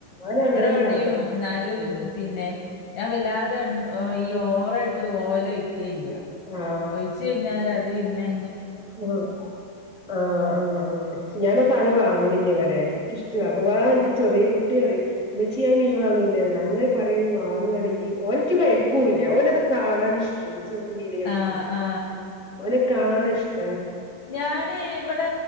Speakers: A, in the centre; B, on the left (about 65°).
A: ഞാനങ്ങനാണ്
B: വിട ഓടിയും
A: കാട്ടല്
B: എന്നാലും
A: ഉം
B: പിന്നെ ഞാൻ വല്ലാതെ എ ഒയ്യോ ഓവറായിട്ട് ഓയിൽ ഒയിക്കെയേല്ല
A: ആഹ്
B: ഒഴിച്ച് കഴിഞൽ അതുപിന്നെ
A: ആ ആ ആ ഷേ ഞാന്നസാനം വാങ്ങനില്ല ഇവിടെ എനിക്കിഷ്ടല്ല അഥവാ എന്റെ ചെറിയ കുട്ടി പറിയും ഉമിച്ചി ഞാ മീൻ വാങ്ങ അങ്ങനെ പറയയാണെങ്കിൽ വാങ്ങയാണെങ്കിൽ ഒന്നറ്റ് കഴിക്കൂല്ല ഒനത് കാണാൻ ഇഷ്ടണ്ട് ത് മീന് കഴിക്കൂല
B: ആ ആ
A: ഓന് കാണുന്ന ഇഷ്ട്ട
B: ഞാന് ഇവിടെ